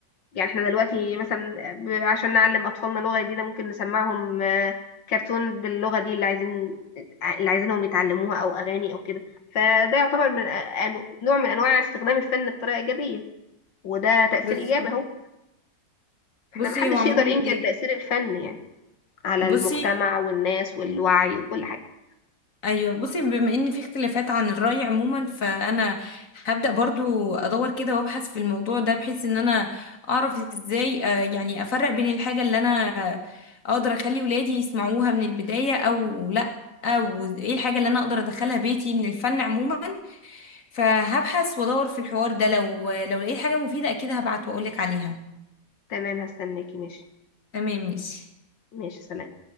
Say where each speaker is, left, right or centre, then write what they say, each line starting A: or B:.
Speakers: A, on the left; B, on the left.
A: يعني احنا دلوقتي مثلا ب- عشان نعلم أطفالنا لغة جديدة ممكن نسمعهم آه، كرتون باللغة دي اللي عايزين اللي عايزينهم يتعلموها أو أغاني أو كده فده يعتبر من آه، أنو- نوع من أنواع استخدام الفن بطريقة إيجابية وده تأثير
B: بالظبط
A: إيجابي أهو احنا
B: بصي
A: محدش
B: هو عموما
A: يقدر ينكر تأثير الفن يعني على
B: بصي
A: المجتمع والناس والوعي وكل حاجة
B: ايوه بصي بما ان في اختلافات عن الرأي عموما فانا هبدأ برضو ادور كده وابحث في الموضوع ده بحيث ان انا اعرف ازاي آه، يعني افرق بين الحاجة اللي انا اقدر اخلي ولادي يسمعوها من البداية او لا او ايه الحاجة اللي انا اقدر ادخلها بيتي من الفن عموما فهبحث وادور في الحوار ده لو لو لقيت حاجة مفيدة اكيد هبعت واقولك عليها
A: تمام هستناكي ماشي
B: تمام ماشي
A: ماشي سلام